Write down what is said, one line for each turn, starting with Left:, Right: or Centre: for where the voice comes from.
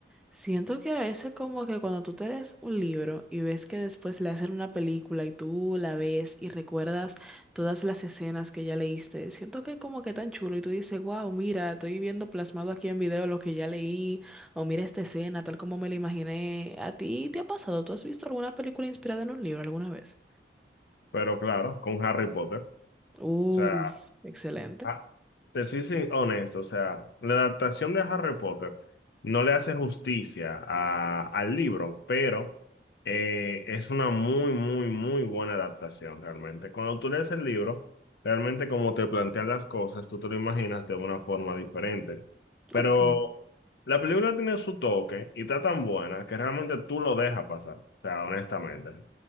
Centre: Siento que a veces como que cuando tú te lees un libro y ves que después le hacen una película y tú la ves y recuerdas todas las escenas que ya leíste, siento que como que tan chulo y tú dices, wow, mira, estoy viendo plasmado aquí en video lo que ya leí o mira esta escena tal como me la imaginé. ¿A ti te ha pasado? ¿Tú has visto alguna película inspirada en un libro alguna vez?
Left: Pero claro, con Harry Potter. O
Centre: Uh,
Left: sea,
Centre: excelente.
Left: Ah, te soy sin- honesto, o sea, la adaptación de Harry Potter no le hace justicia a- al libro, pero eh, es una muy, muy, muy buena adaptación realmente. Cuando tú lees el libro, realmente como te plantean las cosas, tú te lo imaginas de una forma diferente. Pero
Centre: Ok.
Left: la película tiene su toque y está tan buena que realmente tú lo dejas pasar, o sea, honestamente.